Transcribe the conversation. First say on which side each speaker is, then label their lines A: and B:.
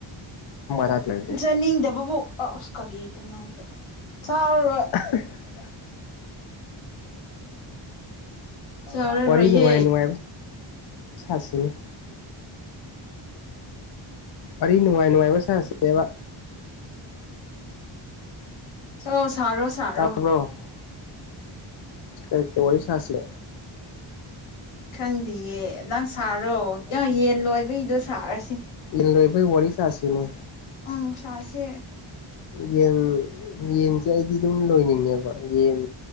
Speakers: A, on the left; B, on the left.
A: ꯍꯥ ꯂꯩ <inaudible>
B: ꯆꯥꯅꯤꯡꯗꯕꯕꯨ ꯑꯁ ꯀꯔꯤꯅꯣ ꯅꯪꯁꯨ ꯆꯥꯔꯔꯣꯏ
A: <unintelligible>
B: ꯆꯥꯔꯔꯣꯏꯌꯦ
A: ꯋꯥꯔꯤ ꯅꯨꯡꯉꯥꯏ ꯅꯨꯡꯉꯥꯏꯕ ꯁꯥꯁꯤꯅꯤ ꯋꯥꯔꯤ ꯅꯨꯡꯉꯥꯏ ꯅꯨꯡꯉꯥꯏꯕ ꯁꯥꯁꯦꯕ
B: ꯑꯣ ꯁꯔꯣ ꯁꯔꯣ
A: ꯇꯥꯕ꯭ꯔꯣ ꯀꯩ ꯀꯩ ꯋꯥꯔꯤ ꯁꯥꯁꯦ
B: ꯈꯪꯗꯦꯌꯦ ꯅꯪ ꯁꯥꯔꯣ ꯌꯦꯟ ꯂꯣꯏꯕꯩꯗꯣ ꯁꯥꯔꯁꯤ
A: ꯌꯦꯟ ꯂꯣꯏꯕꯩ ꯋꯥꯔꯤ ꯁꯥꯁꯤꯅꯦ
B: ꯎꯝ ꯁꯥꯁꯦ
A: ꯌꯦꯟ ꯌꯦꯟꯁꯦ ꯑꯩꯗꯤ ꯑꯗꯨꯝ ꯂꯣꯏꯅꯤꯡꯉꯦꯕ ꯌꯦꯟ